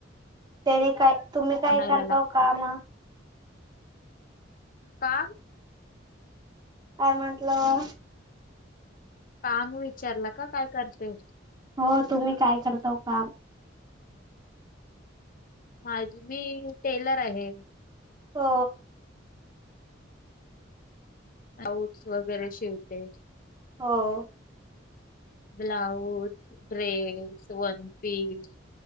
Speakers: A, on the right; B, on the left.
A: त्याने काय तुम्ही काय
B: आणायला
A: करता
B: लागतं.
A: काम?
B: काम.
A: काय म्हंटलं.
B: काम विचारलं का काय करते.
A: हो तुम्ही काय करताव काम
B: माझी मी टेलर आहे.
A: हो
B: ब्लाउज वगैरे शिवते.
A: हो
B: ब्लाऊज ड्रेस वन पीस